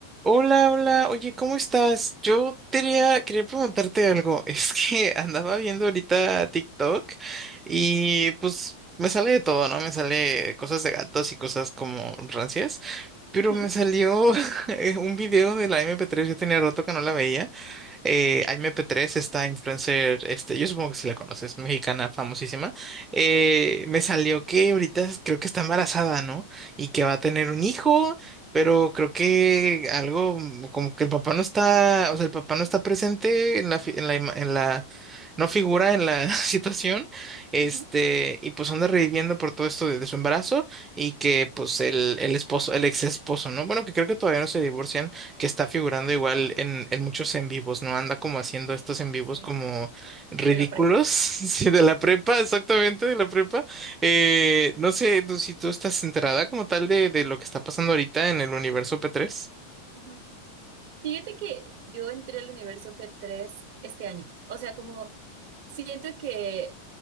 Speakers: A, on the right; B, on the right.
A: Hola, hola, oye, ¿cómo estás? Yo quería, quería preguntarte algo. <laughs> Es que andaba viendo ahorita TikTok y pues me sale de todo, ¿no? Me sale cosas de gatos y cosas como rancias, pero
B: Ujú,
A: me salió <laughs> un video de la mp Tres. yo tenía rato que no la veía. Eh, Aime P3, esta influencer, este, yo supongo que si la conoces, mexicana famosísima, eh,
B: Sí.
A: me salió que ahorita creo que está embarazada, ¿no? Y que va a tener un hijo, pero creo que algo mm, como que el papá no está, o sea, el papá no está presente en la, fi- en la, ima- en la no figura en la <laughs> situación, este,
B: ujú,
A: y pues anda reviviendo por todo esto de, de su embarazo y que pues el, el esposo, el ex esposo, ¿no? Bueno, que creo que todavía no se divorcian que está figurando igual en, en muchos en vivos, ¿no? Anda como haciendo estos en vivos
B: Sí,
A: como ridículos,
B: de la prepa.
A: <laughs> sí, de la prepa, exactamente, de la prepa. Eh, no sé tú- si tú estás enterada como tal de, de lo que está pasando ahorita en el universo p tres
B: ujú. Fíjate que yo entré al universo p tres este año. O sea, como siento que